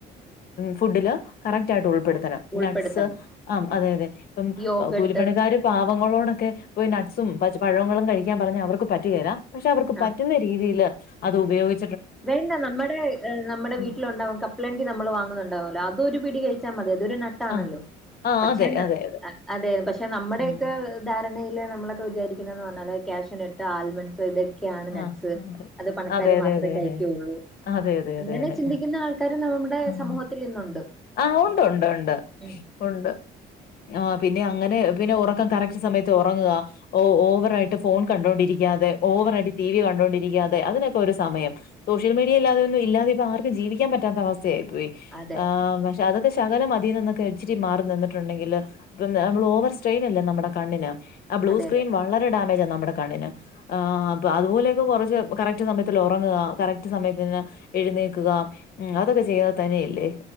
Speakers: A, on the left; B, in the centre.
A: ഫുഡില് കറക്റ്റ് ആയിട്ട് ഉൾപ്പെടുത്തണം.
B: ഉൾപ്പെടുത്തണം
A: നട്സ്. ആ അതെ അതെ ഇപ്പം
B: യോഗട്ട്
A: കൂലിപ്പണിക്കാർ പാവങ്ങളോടൊക്കെ പോയി നട്ട്സും, പഴങ്ങളും ഒക്കെ കഴിക്കാൻ പറഞ്ഞ അവർക്ക് അത് പറ്റുകേല. പക്ഷേ അവർക്ക് പറ്റുന്ന
B: ആഹ്
A: രീതിൽ അത് ഉപയോഗി
B: വേണ്ട നമ്മുടെ നമ്മുടെ വീ
A: ഉം
B: ട്ടിലുണ്ടാവും. കപ്പലണ്ടി നമ്മൾ വാങ്ങുന്നുണ്ടാവല്ലോ അതൊരു പിടി കഴിച്ചാൽ മതി അതൊരു ന ട്സാണല്ലോ.
A: ആഹ് ആഹ്
B: പക്ഷേ
A: അതെ
B: നട്ട്
A: അതെ
B: അതെ പക്ഷേ നമ്മുടെക്കെ
A: ആഹ്
B: ധാരണയിൽ നമ്മളൊക്കെ വിചാരിക്കുന്നത്‌ന്ന് പറഞ്ഞാല് ക്യാഷുന ട്ട് ആൽമണ്ട്സ് ഇതൊക്കെയാണ് നട്സ്.
A: ആഹ്
B: അത് പണക്കാര്
A: അതെ അതെ
B: മാത്രമേ
A: അതെ
B: കഴി
A: അതെ
B: ക്കോള്ളൂ.
A: അതെ അതെ അതെ
B: അങ്ങനെ
A: അതെ അതെ
B: ചിന്തിക്കുന്ന
A: അതെ
B: ആൾക്കാര് നമ്മുടെ
A: ആഹ്
B: സമൂഹത്തിൽ ഇന്നുണ്ട്.
A: ആഹ്. ഒണ്ട് ഒണ്ട് ഒണ്ട്
B: ഉം.
A: ഒണ്ട്. ആഹ് പിന്നെ അങ്ങനെ പിന്നെ ഒറക്കം കറക്ട് സമയത്ത് ഒറങ്ങുക. ഓ ഓവറായിട്ട് ഫോൺ കണ്ടോണ്ടിരിക്കാതെ ഓവറായിട്ട് ടി വി കണ്ടോണ്ടിരിക്കാതെ അതിനൊക്കെ ഒരു സമയം സോഷ്യൽ മീഡിയ ഇല്ലാതെയൊന്നും ഇല്ലാതെ ഇപ്പ ആർക്കും ജീവിക്കാൻ പറ്റാത്ത അവസ്ഥയായി പോയി.
B: അതെ.
A: ആഹ് പക്ഷെ അത് ശകലം അതിനിന്നൊക്കെ ഇച്ചിരി മാറി നിന്നിട്ടുണ്ടെങ്കില്, പിന്നെ ഓവർ സ്ട്രെയിൻ അല്ലേ നമ്മുടെ കണ്ണിന്. ആ ബ്ലൂ
B: അതെയതെ.
A: സ്ക്രീൻ
B: അതെ.
A: വളരെ ഡാമേജാ നമ്മുടെ കണ്ണിന് ആഹ്. പ്പൊ അതുപോലെയൊക്കെ കൊറച്ച് കറക്റ്റ് സമയത്തില് ഒറങ്ങുക, കറക്റ്റ് സമയത്തിന് എഴുന്നേക്കുക, ഉം അതൊക്കെ ചെയ്താ തനെയല്ലേ.